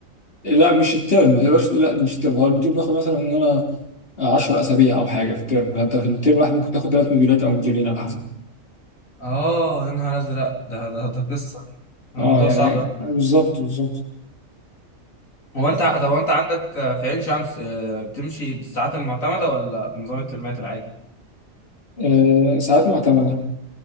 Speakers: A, on the left; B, on the left.
A: إيه. لا مش الترم ما تقدرش تقول لا مش الترم هو المديول بياخد مثلا من انا 10 اسابيع او حاجه في الترم فانت في الترم الواحد ممكن تاخد ثلاث مديولات او مديولين على حسب
B: اه يا نهار ازرق ده ده ده قصه الموضوع
A: اه يعني
B: صعب
A: بالظبط بالظبط
B: هو انت طب هو انت عندك في عين شمس آه، بتمشي بالساعات المعتمدة ولا بنظام الترمات العادي؟
A: آه ساعات معتمده